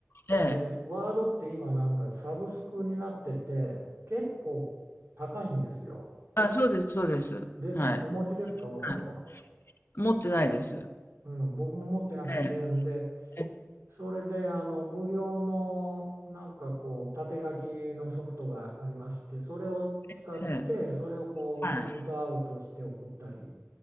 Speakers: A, on the left (about 55°); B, on the right (about 70°).
A: ええ。
B: で、ワードって今なんかサブスクになってて結構高いんですよ。
A: あ、そうです、そうです。
B: ですね。
A: はい。
B: お持ちですか、ワードは。
A: はい。持ってないです。
B: うん、僕も持ってなくて、
A: え
B: んで、
A: え、え
B: それであの無料のなんかこう縦書きのソフトがありましてそれを使ってそれをこうプリントアウトして送ったり、
A: えええ、はい。